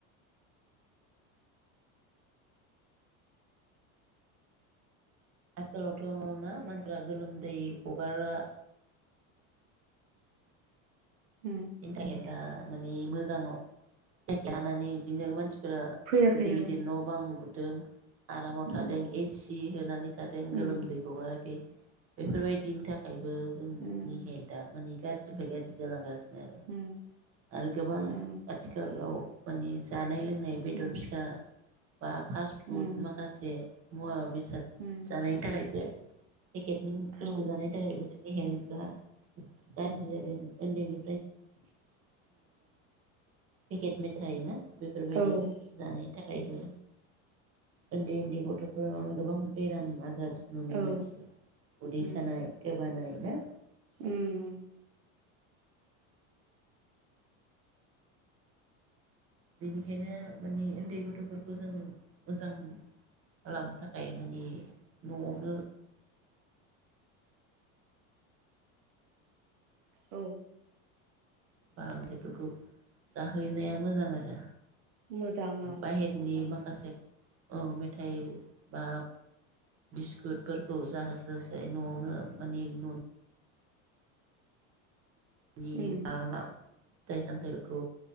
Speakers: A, on the right; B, on the right.
A: <unintelligible> <unintelligible> गोलोम दै हगारा
B: उ
A: बेनि थाखाय दा मानिे मोजाङाव जे लानानै बिदिनो मानसि फोर
B: फैयाखै
A: गिदिर गिदिर न' बां लु दों आरामाव
B: ओं
A: थादों एसि होननानानै जाहाथे
B: उम
A: गोलोमदै हगाराखै बेफोरबायदिनि थाखाय बो जोंनि
B: उम
A: हेल्था माने गाज्रिनिफ्राय गाज्रि जालांगासिनो आरो
B: उम
A: आरो गोबां
B: उम औ
A: आथिखालाव जानाय है बेदर
B: उम
A: फिसा बा फास्ट फुड
B: उम
A: माखासे मूवा बेसाद
B: उम
A: जानायनि थाखाय दे पेकेटनि बुस्थु
B: औ
A: जानायनि थाखायबो जोंनि हेल्थफ्रा गाज्रि
B: उम
A: जादों उन्दैनि ज मेथाइ ना बेफोरबायदि
B: औ उम
A: जानायनि थाखायबो उन्दै उन्दै गथ'फोराव गोबां बेराम आजार नुनो
B: औ
A: मोनसै उदै
B: उम
A: सानाय गोबानाय ना
B: उम
A: बेनिखायनो माने उन्दै गथ'फोरखौ जों मोजां खालामनो थाखाय माने न'आवनो
B: औ
A: बा बेफोरखौ जाहैनाया मोजां आरो
B: मोजां औ
A: बाहेरनि
B: मोजां
A: माखासे औ मेथाइ बा बिस्कुटफोरखौ जाहोसो होसै न'आवनो मानि न'नि दे <inaudible>
B: उम
A: फिथाइ सामथायाइफोरखौ